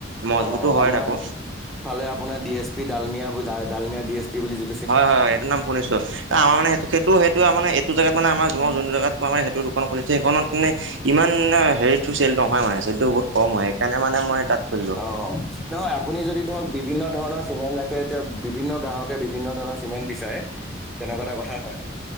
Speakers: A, on the right; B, in the centre.
A: মজবুতো
B: অ
A: হয়
B: আমাৰ
A: তাকো
B: ফালে আপোনাৰ D S P Dalmia Dalmia D S P বুলি যি
A: হয় হয় সেইটো নাম শুনিছো আমাৰ মানে সেইটো সেইটো এইটো জেগাত আমাৰ মানে যোনটো মই যোনটো জেগাত মানে সেইটো দোকান খুলিছে সেইখনত মানে ইমান হেৰিতো চেল নহয় মানে চেল টো বহুত কম হয় সেইকাৰণে মানে মই তাত খুলিলোঁ।
B: অ নহয় আপুনি যদি ধৰক বিভিন্ন ধৰণৰ চিমেণ্ট ৰাখে এতিয়া বিভিন্ন গ্ৰাহকে বিভিন্ন ধৰণৰ চিমেণ্ট বিচাৰে তেনেকুৱা এটা কথা হয়